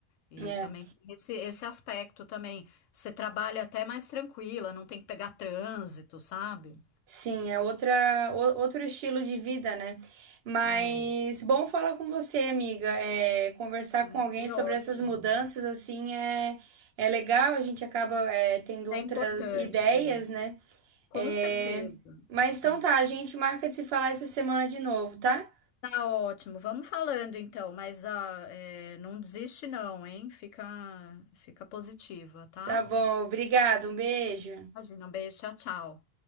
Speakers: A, on the left (about 70°); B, on the right (about 55°).
A: E
B: É,
A: também tem esse, esse aspecto também. Você trabalha até mais tranquila, não tem que pegar trânsito, sabe?
B: sim, é outra o- outro estilo de vida, né? Mas
A: É,
B: bom falar com você, amiga. É, conversar
A: hum,
B: com alguém
A: é
B: sobre
A: ótimo.
B: essas mudanças assim é é legal. A gente acaba é, tendo
A: É
B: outras
A: importante,
B: ideias, né?
A: com
B: É,
A: certeza.
B: Mas então
A: Hum.
B: tá, a gente marca de se falar essa semana de novo, tá?
A: Tá ótimo, vamos falando então, mas ah, é, não desiste não, hein? Fica, fica positiva, tá?
B: Tá bom, obrigado, um beijo.
A: Imagina, um beijo, tchau, tchau.